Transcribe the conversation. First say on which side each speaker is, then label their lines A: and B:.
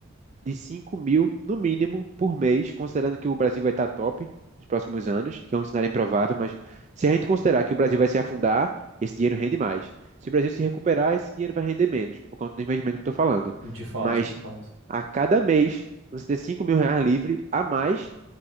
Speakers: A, on the right (about 35°); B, on the right (about 65°).
A: de 5 mil, no mínimo, por mês, considerando que o Brasil vai estar top nos próximos anos, que é um cenário improvável, mas se a gente considerar que o Brasil vai se afundar, esse dinheiro rende mais. Se o Brasil se recuperar, esse dinheiro vai render menos, por conta do investimento que eu estou falando.
B: De fato,
A: Mas
B: de fato.
A: a cada mês, você ter 5 mil reais livre a mais,